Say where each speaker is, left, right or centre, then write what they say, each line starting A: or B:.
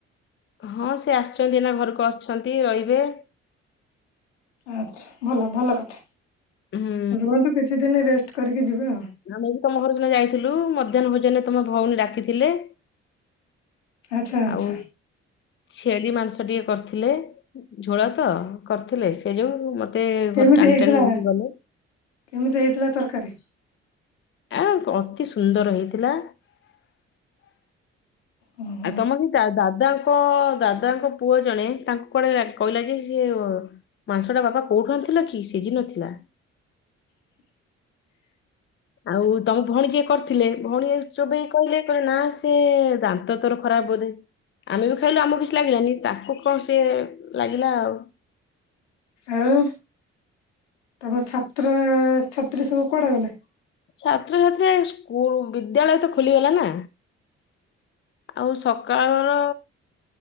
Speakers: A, on the left; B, on the left.
A: ହଁ ସେ ଆସିଚନ୍ତି ଏଇନା ଘରକୁ ଆସିଚନ୍ତି ରହିବେ।
B: ଆଛା ଭଲ ଭଲ କଥା।
A: ହୁଁ
B: ରୁହନ୍ତୁ କିଛି ଦିନ ରେଷ୍ଟ କରିକି ଯିବେ ଆଉ।
A: ଆମେ ବି ତମ ଘର ଜଣେ ଯାଇଥିଲୁ। ମଧ୍ୟାହ୍ନ ଭୋଜନ ତମ ଭଉଣୀ ଡାକିଥିଲେ।
B: ଆଚ୍ଛା ଆଚ୍ଛା।
A: ଆଉ ଛେଳି ମାଂସ ଟିକେ କରିଥିଲେ। ଝୋଳ ତ କରିଥିଲେ ସେ ଯୋଉ ମ ତେ
B: କେମିତି
A: ଘରୁ ଟାଣି
B: ହେଇଥିଲା
A: ଟାଣି ନେଇକି ଗଲେ।
B: କେମିତି ହେଇଥିଲା ତରକାରୀ।
A: ଅ ଅତି ସୁନ୍ଦର ହେଇଥିଲା।
B: ହଁ।
A: ଆଉ ତମର ଯ ଦାଦା ଦାଦାଙ୍କ ପୁଅ ଜଣେ ତାଙ୍କୁ କୁଆଡେ କହିଲା ଯେ ସିଏ ମାଂସଟା ବାପା କୋଉଠି ଆଣି ଥିଲା କି ସିଝିନଥିଲା। ଆଉ ତମ ଭଉଣୀ ଯିଏ କରିଥିଲେ ଭଉଣୀ ଚୋବେଇ କହିଲେ କହିଲେ ନା ସେ ଦାନ୍ତ ତୋର ଖରାପ ବୋଧେ। ଆମେ ବି ଖାଇଲୁ ଆମକୁ କିଛି ଲାଗିଲାନି ତାକୁ କଣ ସେ ଲାଗିଲା ଆଉ।
B: ଆଉ ତମ ଛାତ୍ର ଛାତ୍ରୀ ସବୁ କୁଆଡେ ଗଲେ?
A: ଛାତ୍ରଛାତ୍ରୀ ସ୍କୁଲ ବିଦ୍ୟାଳୟ ତ ଖୋଲିଗଲା ନା। ଆଉ ସକାଳର